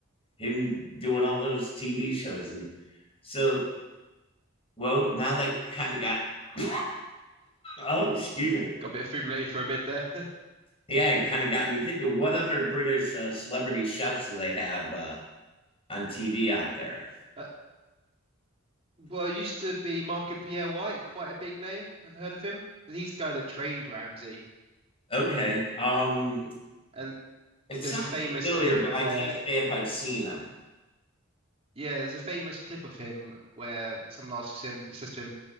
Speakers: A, on the left; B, on the right.
A: him doing all those TV shows, and so well now that kind of got <laughs> oh excuse me
B: Got a bit of food related for a bit there. <laughs>
A: yeah it kind of got me thinking what other British uh, celebrity chefs do they have uh, on TV out there?
B: Uh, Well, it used to be Marco Pierre White, quite a big name. I've heard of him. He's the guy that trained Ramsey.
A: Okay, um,
B: And
A: it sounds
B: there's a famous
A: familiar,
B: clip
A: but I
B: where,
A: can't say if I've seen them.
B: yeah, there's a famous clip of him where someone asks him, he says to him,